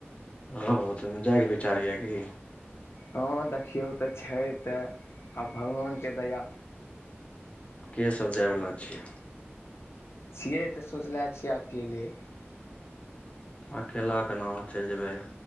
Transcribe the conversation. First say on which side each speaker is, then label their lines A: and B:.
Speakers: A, on the left (about 30°); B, on the left (about 70°).
A: ओ हो तऽ मे जायके विचार या कि?
B: हँ देखियौ तऽ छै तऽ आब भगवान के दया।
A: के सब जायवला छी?
B: छियै तऽ सोचले छियै अकेले।
A: अकेला केना आहाँ चैल जेबै